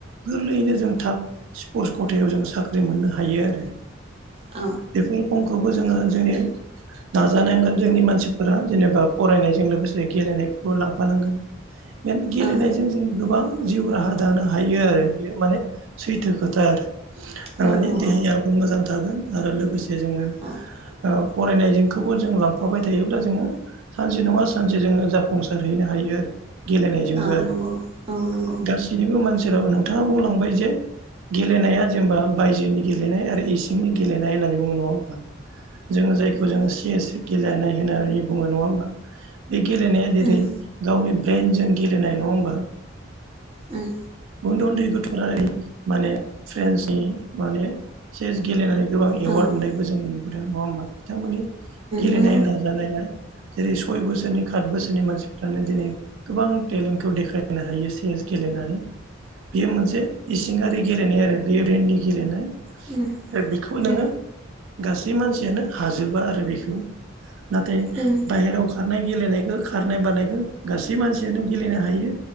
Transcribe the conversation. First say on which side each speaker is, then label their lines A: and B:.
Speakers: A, on the right (about 80°); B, on the right (about 30°).
A: गोरलैयैनो जों थाब स्पर्टस खथायाव जों साख्रि मोननो हायो आरो
B: औ
A: बेफोर समखौबो जोङो जोंनि नाजानांगोन जोंनि मानसिफोरा जेनेबा फरायनायजों लोगोसे गेलेनायखौबो लांफानांगोन गेलेनायजों
B: उम
A: जों गोबां जिउ राहा दानो हायो आरो बेयो माने सैथो खोथा आरो थारमाने
B: नंगौ
A: देहायाबो
B: औ
A: मोजां थागोन आरो लोगोसे जोङो।
B: औ
A: फरायनायजोंखौबो जों लांफाबाय थायोब्ला जोङो सानसे नङा सानसे जोङो जाफुंसार हैनो हा यो गेलेनायजोंबो
B: औ
A: आरो
B: नंगौ औ नंगौ
A: गासैनिबो मानसिनाव नोंथाङा बुंलांबाय जे गेलेनाया जेनेबा बायजोनि गेलेनाय आरो इसिंनि गेलेनाय होननानै बुङो नङा होमबा जोङो जायखौ
B: उम
A: जोङो चियेस गेलेनाय होननानै बुङो नङा होमबा बे गेलेनाया जेरै
B: उम
A: गावनि ब्रइेनजों गेलेनाय नङा होमबा
B: उम
A: उन्दै उन्दै गथ' <unintelligible> नानै माने फ्रेन्सनि माने एसे गेलेनानै गोबां
B: औ
A: एवार्ड
B: उम
A: मोननायबो जों नुबोदों नङा होमबा बिथांमोननि गेलनाय
B: नंगौ उम
A: नाजानाय जेरै सय बोसोरनि खात बोसोरनि मानसिफ्रानो दिनै गोबां टेलेन्टखौ देखायनो हायो चेस गेलेनानै बेयो मोनसे इसिङारि गेलेनाय आरो बेबेननि गेलेनाय
B: उम
A: आरो बेखौ नोङो
B: उम
A: गासै मानसियानो हाजोबा आरो बेखौ नाथाय
B: उम
A: बाहेरायाव खारनाय गेलेनायखौ खारनाय बारानायखौ गासै मानसियानो गेलेनो हायो।